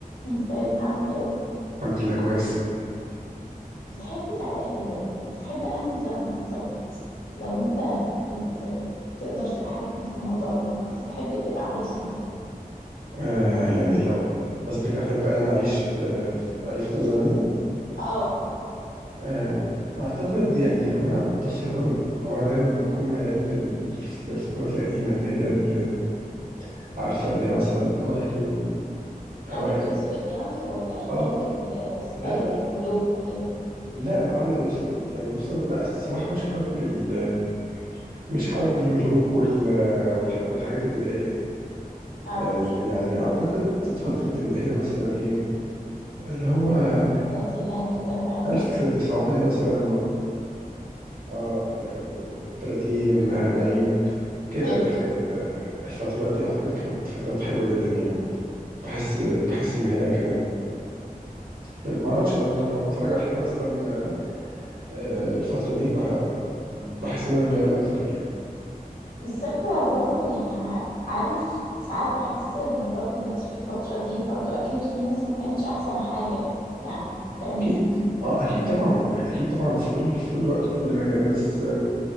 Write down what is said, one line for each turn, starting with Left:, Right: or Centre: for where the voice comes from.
Left: ازيك عامل ايه
Right: الحمد لله كويس
Left: بتحب تع... يعني بتحب انهي زمن بالظبط لو انت كنت تقدر تتحكم في الموضوع ده كنت تحب تبقى عايش امتى
Right: آه يعني لو بس بك أحب أنا أعيش في, في أي فترة زمنية
Left: اه
Right: آه أعتقد يعني هو أنا بصي هو أنا هو أنا دايما بكون ميال لل- للفترات القديمة اللي هي اللي عارفة اللي هي مثلا أوائل ال-
Left: ابيض
Right: أوائل ال-
Left: واسود يعني ولا ايام
Right: آه
Left: ال- ستايل
Right: لا لا
Left: الملوك وكده
Right: لا لا أبيض وأسود يعني بص أنا لا الصراحة مش حابب ال- مش حابب الملهوك وال والح- والحاجات البدائية دي
Left: اه
Right: آه يعني أعتقد فترة اللي هي مثلا إيه اللي هو
Left: الثلاثينات والاربعينات
Right: 1900 مثلا اه تا- 30 40 كده
Left: ايوه
Right: الحاجات ال- الفترات دي اعتقد كانت فترات حلوه جدا يعني بحس بحس ان هي كانت يعني ما اعرفش انا لما بتفرج على حاجه مثلا آه، الفتره دي بح- بحس ان انا ميال اكتر ليها
Left: بس انا برضو يعني ع- عارف ساعات بحس ان برضو الناس في الفترة دي برضو اكيد في ناس ما كانتش احسن حاجة يعني فاهمني
Right: اكيد اه اكيد طبعا اكيد طبعا في كل في كل وقت وفي كل مكان بس